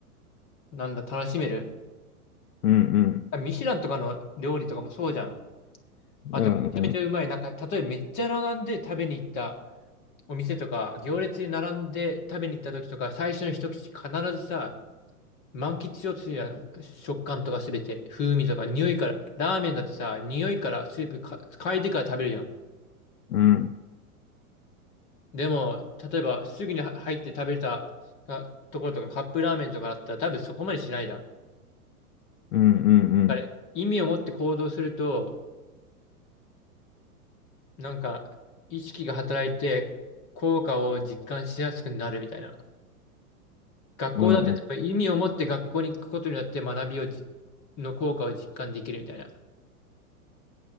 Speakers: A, on the left; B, on the left.
A: なんだ、楽しめる。
B: うんうん。
A: あミシュランとかの料理とかもそうじゃん。あと、
B: うんうん。
A: めちゃめちゃうまい。なんか、例えばめっちゃ並んで食べに行ったお店とか、行列に並んで食べに行った時とか、最初の一口必ずさ、満喫しようとするじゃん。食感とかすべて、風味とか、匂いから、ラーメンだってさ、匂いからスープか嗅いでから食べるじゃん。
B: うん
A: でも、例えば、すぐには入って食べたあところとか、カップラーメンとかだったら、多分そこまでしないじゃん。
B: うんうんうん。
A: あれ、意味を持って行動すると、なんか、意識が働いて、効果を実感しやすくなるみたいな。学校だって、
B: うんうん
A: 多分意味を持って学校に行くことによって、学びをじ、の効果を実感できるみたいな。